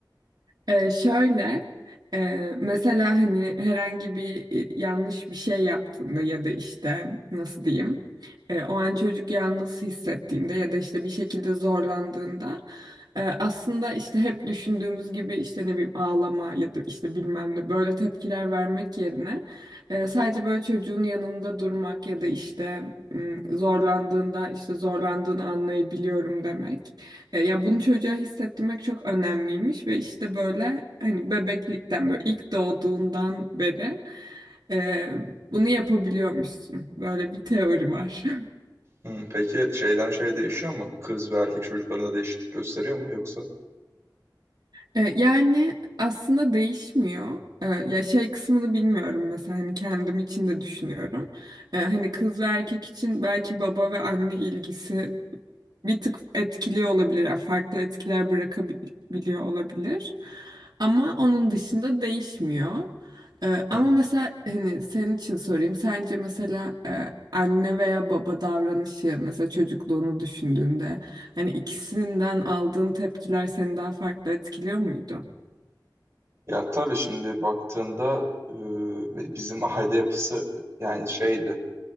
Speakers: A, on the right (about 60°); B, on the right (about 35°).
A: Ee, şöyle e, mesela hani herhangi bir e, yanlış bir şey yaptığında ya da işte nasıl diyeyim e, o an çocuk yalnız hissettiğinde ya da işte bir şekilde zorlandığında e, aslında işte hep düşündüğümüz gibi işte ne bileyim ağlama ya da işte bilmem ne böyle tepkiler vermek yerine e, sadece böyle çocuğun yanında durmak ya da işte m, zorlandığında işte zorlandığını anlayabiliyorum demek. E, Ya bunu çocuğa hissettirmek çok önemliymiş ve işte böyle hani bebeklikten böyle ilk doğduğundan beri e, bunu yapabiliyormuşsun. Böyle bir teori var. <laughs>
B: Hmm, peki şeyden şey değişiyor mu? Kız ve erkek çocuklarında değişiklik gösteriyor mu yoksa?
A: E, Yani aslında değişmiyor. E, Ya şey kısmını bilmiyorum mesela hani kendim için de düşünüyorum. E, Hani kız ve erkek için belki baba ve anne ilgisi bir tık etkiliyor olabilir. yani Farklı etkiler bırakabiliyor olabilir. Ama onun dışında değişmiyor. E,
B: Hmm.
A: Ama mesela hani senin için sorayım. Sence mesela e, anne veya baba davranışı mesela çocukluğunu düşündüğünde Hani ikisinden aldığın tepkiler seni daha farklı etkiliyor muydu?
B: Ya tabii şimdi baktığında e, bizim <laughs> aile yapısı yani şeydi.